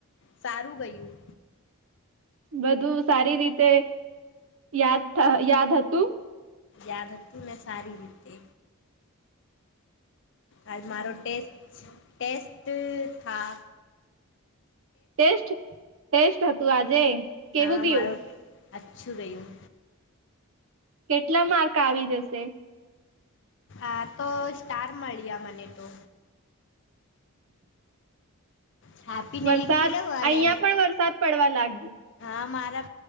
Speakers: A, on the left (about 55°); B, on the right (about 60°).
A: સારું ગયું.
B: બધું સારી રીતે યાદ યાદ હતું.
A: યાદ હત્તું ને સાારી રીતે આજ મારો ટેસ્ટ ટેસ્ટસ્ટ થા
B: ટેસ્ટ ટેસ્ટ હતું આજે? કેવું
A: હા
B: ગયું
A: મારું અ્છું ગયું.
B: કેટલા માર્ક આવી જશે
A: હા તો સ્ટાર મળી્યા મને તો
B: <inaudible>
A: છાપીને
B: વરસાદ
A: લીખી લઉં અને
B: અહીંયા પણ વરસાદ પડવા લાગ્યું.
A: હા મારા